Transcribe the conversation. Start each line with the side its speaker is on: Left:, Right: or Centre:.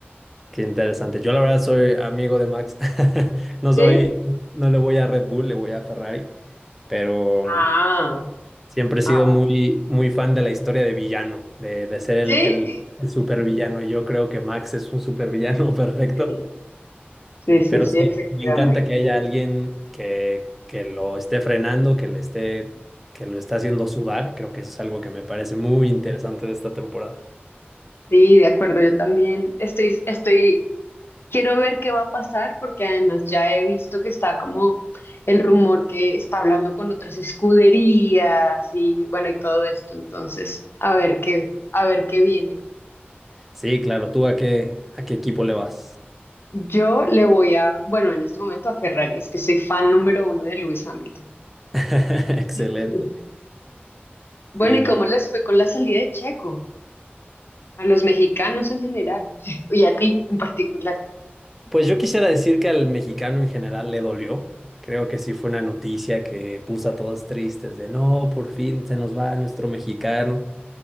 Centre: Qué interesante, yo la verdad soy amigo de Max, <laughs> no
Left: ¿Sí?
Centre: soy, no le voy a Red Bull, le voy a Ferrari, pero
Left: Ah,
Centre: Siempre he sido
Left: ah, bueno.
Centre: muy, muy fan de la historia de villano, de, de ser el,
Left: ¿Sí?
Centre: el, el supervillano. Yo creo que Max es un supervillano <laughs> perfecto.
Left: Sí, sí,
Centre: En-
Left: sí,
Centre: Pero
Left: sí,
Centre: sí,
Left: efectivamente.
Centre: me encanta que haya alguien que, que lo esté frenando, que le esté, que lo está haciendo sudar. Creo que eso es algo que me parece muy interesante de esta temporada.
Left: Sí, de acuerdo, yo también estoy, estoy Quiero ver qué va a pasar porque además ya he visto que está como el rumor que está hablando con otras escuderías y bueno, y todo esto. Entonces, a ver qué, a ver qué viene.
Centre: Sí, claro. ¿Tú a qué, a qué equipo le vas?
Left: Yo le voy a, bueno, en este momento a Ferrari, es que soy fan número uno de Lewis Hamilton.
Centre: <laughs> Excelente.
Left: <laughs> Bueno,
Centre: Sí,
Left: ¿y
Centre: no,
Left: cómo les fue con la salida de Checo? A los mexicanos en general <laughs> y a ti en particular.
Centre: Pues yo quisiera decir que al mexicano en general le dolió. Creo que sí fue una noticia que puso a todos tristes de no, por fin se nos va nuestro mexicano.